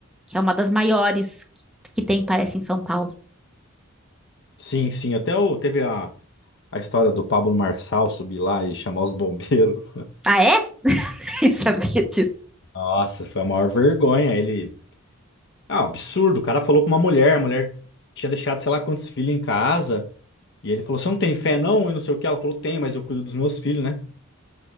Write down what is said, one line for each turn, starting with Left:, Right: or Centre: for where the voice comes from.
Centre: que é uma das maiores que tem, parece, em São Paulo.
Left: Sim, sim. Até o... teve a... a história do Pablo Marçal subir lá e chamar os bombeiros.
Centre: Ah, é? <laughs> Eu sabia disso.
Left: <laughs> Nossa, foi a maior vergonha. Ele. Ah, um absurdo. O cara falou com uma mulher, a mulher tinha deixado sei lá quantos filhos em casa. E ele falou: Você não tem fé, não? E não sei o que. Ela falou: Tem, mas eu cuido dos meus filhos, né?